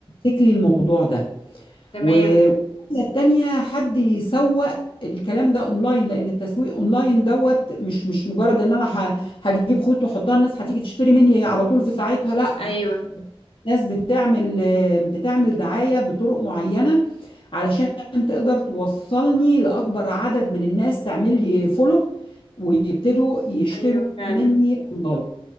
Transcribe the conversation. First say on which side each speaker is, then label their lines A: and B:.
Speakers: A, on the left; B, on the left.
A: يمسك لي الموضوع ده
B: تمام
A: و- والناحية التانية حد يسوق الكلام ده اونلاين لان التسويق اونلاين دوت مش مش مجرد ان انا ه- هجيب خيط واحطها الناس هتيجي تشتري مني على طول في ساعتها لا
B: أيوه
A: ناس بتعمل بتعمل دعاية بطرق معينة علشان تقدر توصلني لأكبر عدد من الناس تعمل لي فولو ويبتدوا يشتروا
B: أيوه فعلا
A: مني اونلاين